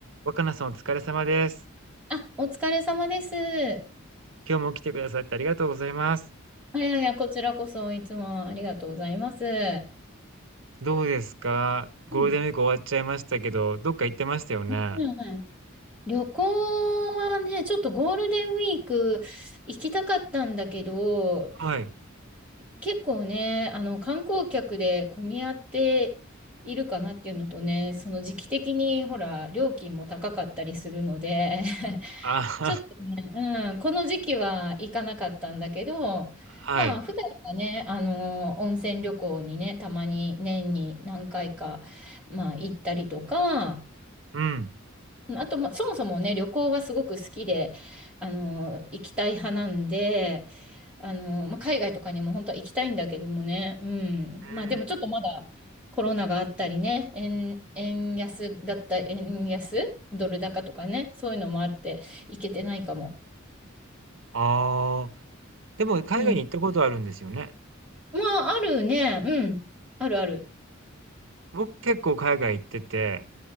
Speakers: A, on the right; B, in the centre.
A: 若菜さんお疲れ様です。
B: あ、お疲れ様です。あ
A: 今日も来てくださってありがとうございます。
B: いやいや、こちらこそいつもありがとうございます。
A: どうですかゴールデンウィーク終わっちゃいましたけど、
B: うん
A: どっか行ってましたよね。
B: うん、旅行はね、ちょっとゴールデンウィーク行きたかったんだけど、
A: はい。
B: 結構ね、あの観光客で混み合っているかなっていうのとね、その時期的にほら、料金も高かったりするので、
A: あはは、
B: ちょっとね、うん、この時期は行かなかったんだけど、
A: <laughs> はい。
B: まあ、普段はね、あの、温泉旅行にね、たまに年に何回か、まあ、行ったりとか、
A: うん。
B: あと、まあ、そもそもね、旅行はすごく好きで、あの、行きたい派なんで、あの、まあ、海外とかにも本当は行きたいんだけどもね、う
A: うーん。
B: ん。まあ、でもちょっとまだコロナがあったりね、円、円安だった、円安、ドル高とかね、そういうのもあって、行けてないかも。
A: ああ、でも海外に行ったことあるんですよね。
B: うんまあ、あるね。うん。あるある。
A: 僕結構海外行ってて、